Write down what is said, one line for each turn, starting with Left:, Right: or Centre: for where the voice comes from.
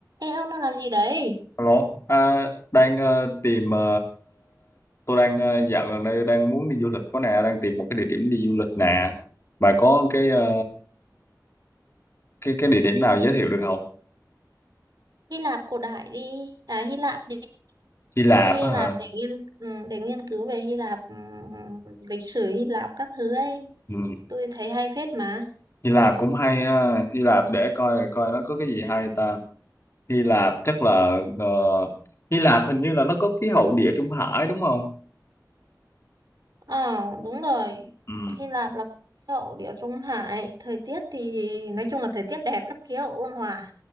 Right: Ê ông đang làm gì đấy?
Left: Alo, à, đang ờ, tìm ờ, tôi đang ờ, dạo gần đây đang muốn đi du lịch có nè, đang tìm một cái địa điểm đi du lịch nè. Bà có cái ờ, cái cái địa điểm nào giới thiệu được không?
Right: Hy Lạp cổ đại đi, à Hy Lạp đi,
Left: Hy Lạp
Right: đi Hy
Left: á
Right: Lạp
Left: hả?
Right: để nghiên ừ, để nghiên cứu về Hy Lạp, ừ, lịch sử Hy Lạp các thứ ấy.
Left: Ừ.
Right: Tôi thấy hay phết mà.
Left: Hy Lạp cũng hay ha. Hy Lạp để coi coi nó có cái gì hay ta. Hy Lạp chắc là ờ, Hy Lạp hình như là nó có khí hậu địa trung hải đúng không?
Right: Ờ đúng rồi.
Left: Ừ.
Right: Hy Lạp là hậu Địa Trung Hải, thời tiết thì nói chung là thời tiết đẹp lắm, khí hậu ôn hòa.